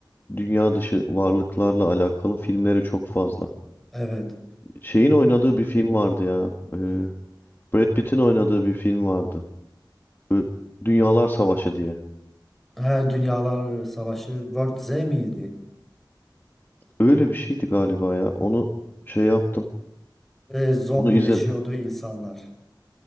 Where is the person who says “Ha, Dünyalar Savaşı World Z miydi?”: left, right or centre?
Centre